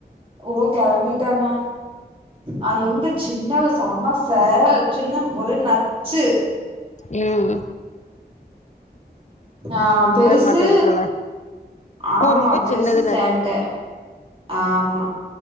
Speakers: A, on the right; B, on the left.
A: ஓ கெளம்பிட்டேம்மா அது எங்க சின்னவ செம சேட் சின்ன ஒரே நச்சு
B: உம்
A: ஆஹ் பெருசு
B: மாட்டேன்ட்டாளா
A: ஆமா
B: குறும்பு
A: பெருசு
B: சின்னது
A: சேட்ட ஆமா